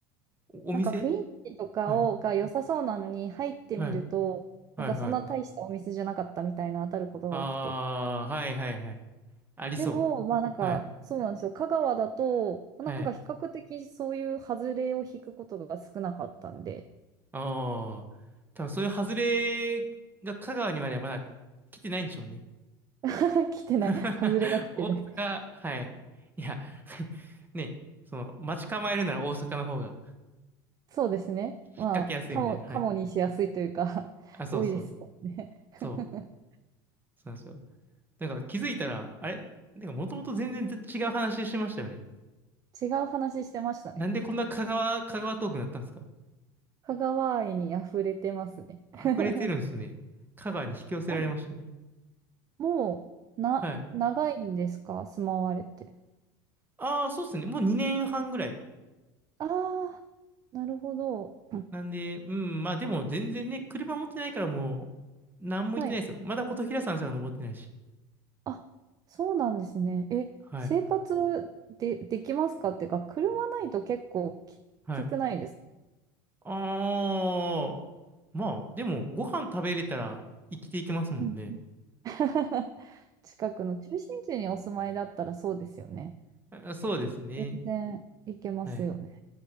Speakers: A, on the right; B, on the right.
A: お、お店
B: なんか雰囲気とかをが良さそうなのに入ってみると、
A: はい。はい。はい、
B: なんかそんな大したお店じゃなかったみたいな当たることが多くて。
A: はい。あー、はい、はい、はい。ありそう。
B: でも、まあなんか、
A: はい。
B: そうなんですよ。香川だと、なんか比較的そういう外れを引くことが少なかったんで、
A: はい。ああ、多分そういう外れが香川にはね、まだ来てないんでしょうね。
B: <laughs> 来てない。
A: <laughs>
B: 外れが来てない。
A: 大阪、はい。いや <laughs> ね、その、待ち構えるなら大阪の方が
B: そうですね。まあ、
A: 引っ掛けやすいみたいな。
B: カモ、
A: はい。
B: カモにしやすいというか
A: あ、
B: <laughs>
A: そうそう。
B: 多いですもんね <laughs>
A: そう。そうなんですよ。なんか気づいたら、あれなんかもともと全然違う話してましたよね。
B: 違う話してましたね。
A: なんでこんな香川、香川トークになったんですか
B: 香川愛に溢れてますね <laughs>
A: 溢れてるんですね。香川に引き寄せられましたね。
B: あ、もう、な、
A: はい。
B: 長いんですか住まわれて。
A: ああ、そうっすね。もう2年半ぐらい。
B: ああ、なるほど。
A: なんで、うん、まあでも全然ね、車持ってないからもう、なんも言ってないですよ。
B: はい。
A: まだ琴平山すら登ってないし。
B: あ、そうなんですね。え、
A: はい。
B: 生活で、できますかっていうか、車ないと結構きつくないですか
A: はい。ああ、まあ、でも、ご飯食べれたら生きていけますもんね。
B: うん <laughs> 近くの中心地にお住まいだったらそうですよね。
A: あそうですね。
B: 全然いけますよね。
A: はい。